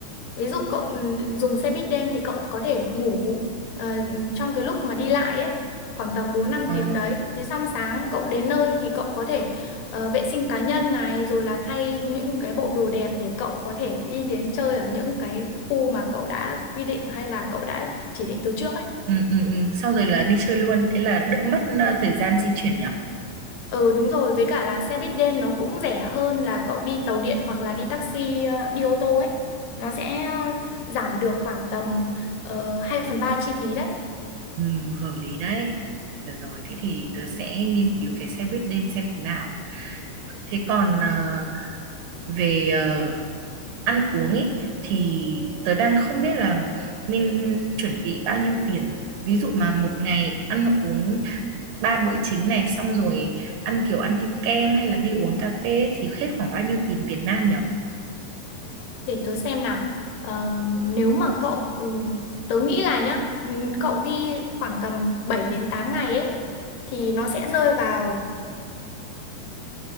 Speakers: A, on the left; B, on the right.
A: Ví dụ cậu ừ, dùng xe buýt đêm thì cậu có thể ngủ ờ, trong cái lúc mà đi lại ấy, khoảng tầm 4 năm
B: Ờ,
A: tiếng đấy. Thế xong sáng cậu đến nơi thì cậu có thể ờ, vệ sinh cá nhân này rồi là thay những cái bộ đồ đẹp để cậu có thể đi đến chơi ở những cái khu mà cậu đã quy định hay là cậu đã chỉ định từ trước ấy.
B: ừ, ừ, ừ. Xong rồi là đi chơi luôn, thế là đỡ mất ờ, thời gian di chuyển nhở.
A: Ừ đúng rồi, với cả là xe buýt đêm nó cũng rẻ hơn là cậu đi tàu điện hoặc là đi taxi, ờ, đi ô tô ấy. Nó sẽ ờ, giảm được khoảng tầm uh, 2 phần ba chi phí đấy.
B: Ừ, hợp lý đấy. Được rồi, thế thì tớ sẽ nghiên cứu cái xe buýt đêm xem thế nào. Thế còn ờ, về ờ, ăn uống ấy thì tớ đang không biết là nên chuẩn bị bao nhiêu tiền. Ví dụ mà một ngày ăn uống ba bữa chính này xong rồi ăn kiểu ăn thêm kem hay là đi uống cà phê ấy, thì hết khoảng bao nhiêu tiền Việt Nam nhở?
A: Để tớ xem nào. Ờm, nếu mà cậu, ừ, tớ nghĩ là nhá, ừ, cậu đi khoảng tầm 7 đến 8 ngày ấy, thì nó sẽ rơi vào